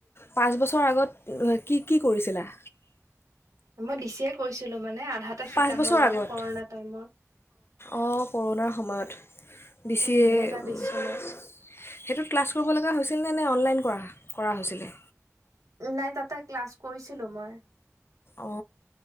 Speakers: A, on the left (about 50°); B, on the right (about 85°).
A: পাঁচ বছৰ আগত কি কি কৰিছিলা
B: মই দিচিয়ে কৈচিলো মানে আধাতে শিকা
A: পাঁচ বছৰ
B: হ'ল আৰু
A: আগত
B: কৰোণা টাইমত
A: অ কৰোণাৰ সময়ত ডি চি
B: উম, দুহেজাৰ
A: এ সেইটোত
B: বিশ চনত
A: ক্লাছ কৰিবলা হৈছে আছিল নে নে অনলাইন কৰাহ কৰা হৈছিলে
B: নাই তাতে ক্লাছ কৰিছি ছিলো মই
A: অ